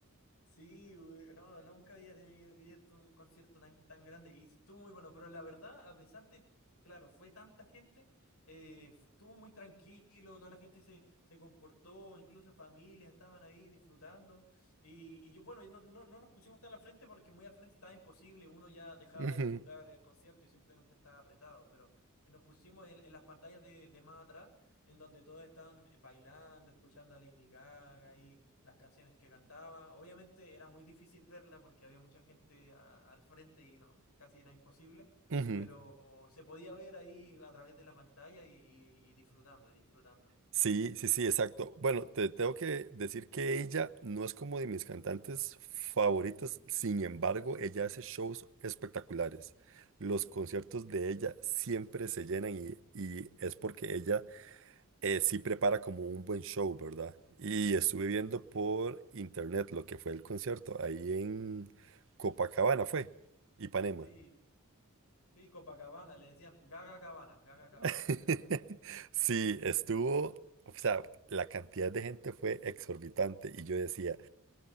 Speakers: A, on the left (about 85°); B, on the right (about 65°).
A: Sí, güey, no, nunca había tenido visto un concierto tan, tan grande y estuvo muy bueno, pero la verdad, a pesar de, claro, fue tanta gente, eh, f- estuvo muy tranquilo, toda la gente se, se comportó, incluso familias estaban ahí disfrutando y, y yo, bueno, y no, no, no nos pusimos tan al frente porque muy al frente estaba imposible, uno ya dejaba
B: Ujú,
A: de disfrutar el concierto y simplemente estaba apretado, pero eh, nos pusimos en, en las pantallas de, de más atrás, en donde todos están bailando, escuchando a Lady Gaga las canciones que cantaba. Obviamente era muy difícil verla porque había mucha gente a- al frente y no, casi era imposible,
B: ujú.
A: pero se podía ver ahí a través de la pantalla y, y- y disfrutando, y disfrutando.
B: Sí, sí, sí, exacto. Bueno, te tengo que decir que ella no es como de mis cantantes favoritas, sin embargo, ella hace shows espectaculares. Los conciertos de ella siempre se llenan y, y es porque ella eh, sí prepara como un buen show, ¿verdad? Y estuve viendo por
A: Sí.
B: internet lo que fue el concierto ahí en Copacabana, fue, Ipanema.
A: Sí, sí, Copacabana, le decían Gaga Cabana, Gaga Cabana.
B: <laughs>
A: <laughs>
B: Sí, estuvo, o sea, la cantidad de gente fue exorbitante y yo decía,